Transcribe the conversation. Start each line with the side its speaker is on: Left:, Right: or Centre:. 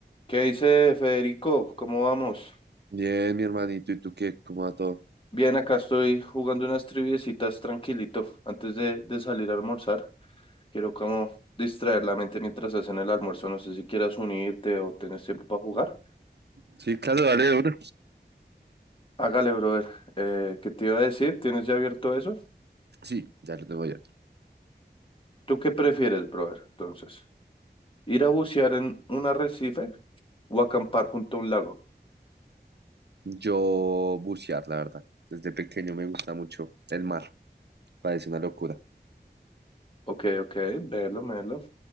Left: ¿Qué dice Federico? ¿Cómo vamos?
Right: Bien, mi hermanito, ¿y tú qué? ¿Cómo va todo?
Left: Bien, acá estoy jugando unas triviecitas tranquilito antes de, de salir a almorzar. Quiero como distraer la mente mientras hacen el almuerzo. No sé si quieras unirte o tenés tiempo para jugar.
Right: Sí, claro, dale de una.
Left: Hágale, brother. Eh, ¿qué te iba a decir? ¿Tienes ya abierto eso?
Right: Sí, ya lo tengo ya.
Left: ¿Tú qué prefieres, brother? Entonces, ¿ir a bucear en un arrecife o acampar junto a un lago?
Right: Yo bucear, la verdad. Desde pequeño me gusta mucho el mar. Parece una locura.
Left: Ok, ok, velo, velo.